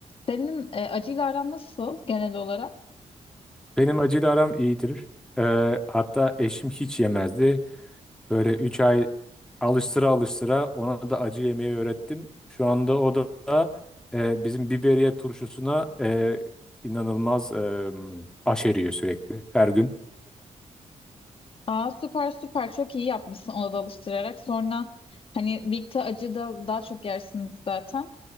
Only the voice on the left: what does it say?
Senin e, acıyla aran nasıl genel olarak?
Aa süper süper çok iyi yapmışsın ona da alıştırarak. Sonra hani birlikte acı da daha çok yersiniz zaten.